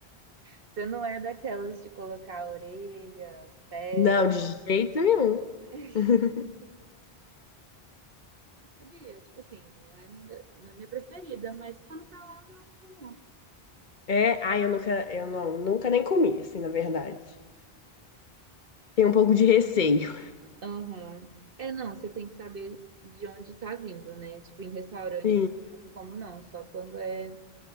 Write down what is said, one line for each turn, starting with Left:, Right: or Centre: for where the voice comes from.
Right: você não é daquelas de colocar a orelha, pé.
Left: Não, de jeito nenhum.
Right: <laughs>
Left: <laughs>
Right: Sabia? Tipo assim, não é, da- não é minha preferida, mas quando tá lá, eu não acho ruim, não.
Left: É, ai, eu nunca, eu não, nunca nem comi, assim, na verdade. Tenho um pouco de receio.
Right: Aham. É, não, você tem que saber de onde tá vindo, né? Tipo, em restaurante,
Left: Sim.
Right: assim, eu não como, não. Só quando é,